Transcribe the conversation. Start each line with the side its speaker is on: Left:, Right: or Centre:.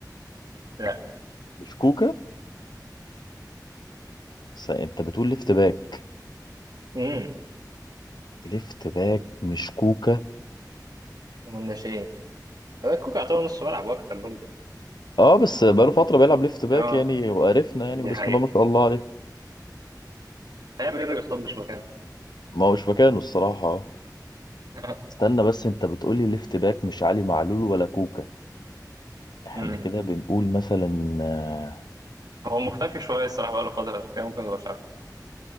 Right: لا
Left: مش كوكا س- انت بتقول ليفت باك
Right: امم
Left: ليفت باك مش كوكا
Right: ومن الناشئين باك كوكا يعتبر نص ملعب واكتر برضه
Left: اه بس بقاله فترة بيلعب ليفت باك
Right: اه
Left: يعني وعرفنا يعني
Right: دي
Left: بسم
Right: حقيقة
Left: الله ما شاء الله عليه
Right: هيعمل ايه الراجل طب مش مكانه
Left: ما هوش مكانه الصراحة آه.
Right: <laughs>
Left: استنى بس انت بتقولي ليفت باك مش علي معلول ولا كوكا احنا
Right: امم
Left: كده بنقول مثلا آه،
Right: هو مختفي شويه الصراحه بقاله فتره عشان كده ممكن تبقاش عارف